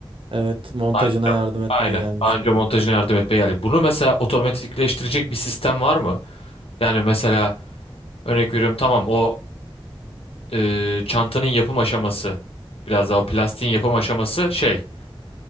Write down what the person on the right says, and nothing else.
Evet, montajına
yardım etmeye
gelmişti.